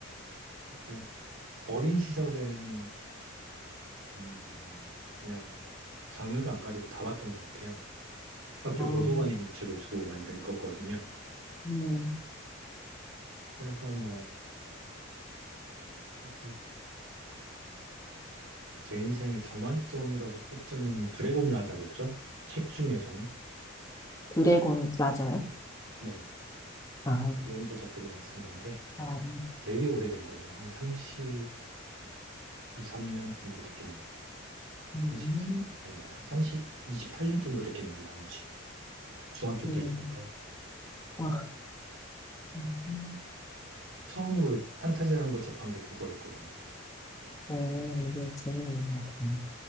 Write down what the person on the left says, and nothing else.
아,
네.
드래곤 맞아요?
아,
아,
음,
음,
아, 음,
어, 이게 재밌는 것 같아요.